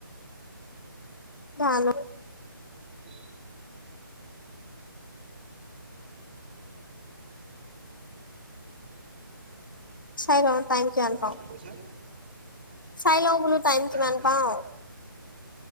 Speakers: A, on the left; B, on the right.
A: ভাল
B: <unintelligible>
A: চাই লওঁ। টাইম কিমান
B: জানো
A: পাওঁ।
B: কি কৈছে?
A: চাই লওঁ বোলো টাইম
B: টাইমটো
A: কিমান পাওঁ।
B: চাবা